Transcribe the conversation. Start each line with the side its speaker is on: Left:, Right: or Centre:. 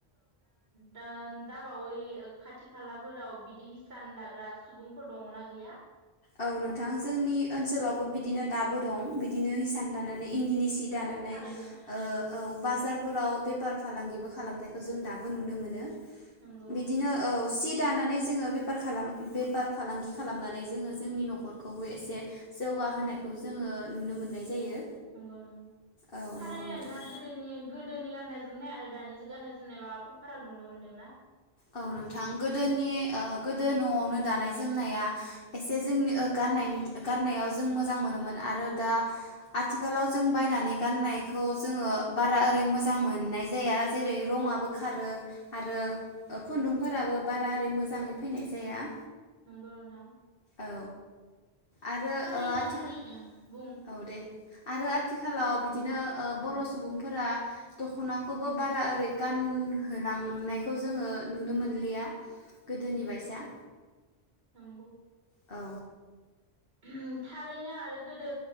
Right: दा-दाबावै खाथि खालाफोराव बिदि हिसान दाग्रा सुबुंफोर दङनाा गैया?
Left: औ नोंथां जोंनि ओनसोलावबो बिदिनो दाबो दं बिदिनो हिसान दानानै इन्दिनि सि
Right: नंगौ
Left: दानानै
Right: थारैनो
Left: ओ औ बाजारफोराव बेफार फालांगिबो खालामनायखौ जों दाबो नुनो मोनो।
Right: नंगौ
Left: बिदिनो औ सित दानानै जोङो बेफार बेफार फालांगि खालामनानै जोङो जोंनि न'खरखौबो एसे जौगाहोनायखौ जोङो नुनो मोननाय जायो।
Right: नंगौ नंगौ
Left: औ
Right: थारैनो
Left: नंगौ नोंथां
Right: नोंथाङा गोदोनि गोदोनि गाननाय जोमनाय आरो दानि जुगानाय जोमनाय माबाफोर फाराग नुनो मोन्दोंना?
Left: औ नोंथां गोदोनि ओ गोदो न'आवनो दानाय जोमनाया एसे जोंनि ओ गाननायनि गाननायाव जों मोजां मोनोमोन आरो दा आथिखालाव जों बायनानै गाननायखौ जोङो बारा ओरै मोजां मोननाय जाया जेरै रंआबो खारो आरो खुन्दुंफोराबो बारा ओरै मोजाङै फैनाय जाया
Right: नंगौ नोंथां
Left: औ आरो
Right: थारैनो
Left: ओ आथिखाल
Right: उम बुं
Left: औ दे आरो आथिखालाव बिदिनो बर' सुबुंफोरा दखनाखौबो बारा ओरै गानहोलांनायखौ जोङो नुनो मोनलिया गोदोनि बायसा
Right: नंगौ
Left: औ
Right: उम थारैनो आरो गोदो